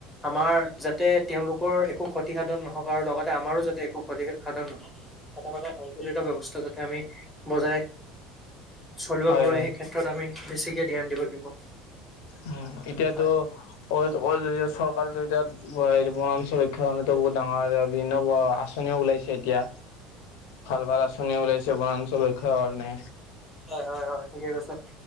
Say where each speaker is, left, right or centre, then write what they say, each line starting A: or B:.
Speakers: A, in the centre; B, on the left (about 80°).
A: আমাৰ যাতে তেওঁলোকৰ একো ক্ষতিসাধন নহওঁক, আৰু লগতে আমাৰো যাতে একো ক্ষতি সাধন নহওক। এটা মানে সন্তুলিত ব্যৱস্থা যাতে আমি বজাই- চলিব
B: হয়
A: পাৰো,
B: হয়
A: সেই ক্ষেত্ৰত আমি বেছিকে ধ্যান দিব লাগিব।
B: উমঁ, এতিয়াতো
A: হয়
B: অইল-অইল এৰিয়াত চৰকাৰ যে এতিয়া- বনাঞ্চল ৰক্ষা কাৰণেটো বহুত ডাঙৰ বিভিন্ন আঁচনিও ওলাইছে এতিয়া। ভাল-ভাল আঁচনি ওলাইছে বনাঞ্চল ৰক্ষাৰ কাৰণে।
A: হয়-হয়-হয় ঠিকে কৈছা।